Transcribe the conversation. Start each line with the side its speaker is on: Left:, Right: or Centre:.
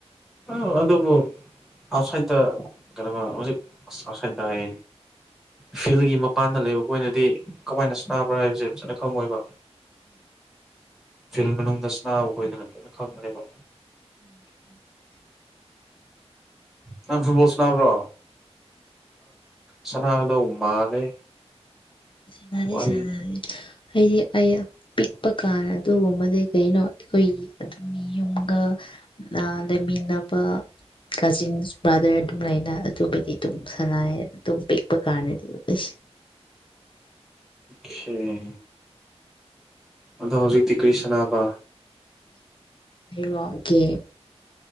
Centre: ꯑ ꯑꯗꯨꯕꯨ ꯑꯥꯎꯠꯁꯥꯏꯠꯇ ꯀꯗꯧꯕ ꯍꯧꯖꯤꯛ ꯑ ꯑꯥꯎꯠꯁꯥꯏꯠꯇ ꯍꯥꯏ ꯐꯤꯜꯒꯤ ꯃꯄꯥꯟꯗ ꯂꯩꯕ ꯑꯣꯏꯅꯗꯤ ꯀꯃꯥꯏꯅ ꯁꯅꯥꯕ꯭ꯔꯥ ꯍꯥꯏꯕꯁꯦ ꯐꯖꯅ ꯈꯪꯉꯣꯏꯕ ꯐꯤꯜ ꯃꯅꯨꯡꯗ ꯁꯅꯥꯎ ꯈꯣꯏꯗꯅ ꯂꯣꯏꯅ ꯈꯪꯒꯅꯦꯕ
Left: <inaudible>
Centre: ꯅꯪ ꯐꯨꯠꯕꯣꯜ ꯁꯅꯥꯕ꯭ꯔꯣ ꯁꯅꯥꯒꯗꯧ ꯃꯥꯜꯂꯦ
Left: ꯁꯥꯅꯗ‌ꯦ
Centre: ꯋꯥꯔꯤꯁꯦ
Left: ꯁꯥꯅꯗ‌ꯦ ꯍꯥꯏꯗ ꯑꯩ ꯄꯤꯛꯄ ꯀꯥꯟ ꯑꯗꯨꯒꯨꯝꯕꯗꯤ ꯀꯩꯅꯣ ꯑꯩꯈꯣꯏꯒꯤ ꯑꯗꯨꯝ ꯌꯨꯝꯒ ꯑ ꯂꯩꯃꯤꯟꯅꯕ ꯀꯖꯤꯟꯕꯔꯗꯔ ꯑꯗꯨ ꯂꯩꯅ ꯑꯗꯨꯕꯨꯗꯤ ꯑꯗꯨꯝ ꯁꯅꯥ ꯑꯗꯨꯝ ꯄꯤꯛꯄ ꯀꯥꯟꯅꯗꯤ ꯑꯁ
Centre: ꯈ‌ꯦ ꯑꯗꯣ ꯍꯧꯖꯤꯛꯇꯤ ꯀ꯭ꯔꯤ ꯁꯥꯟꯅꯕ
Left: ꯑꯩꯔꫭ ꯖ‌ꯦ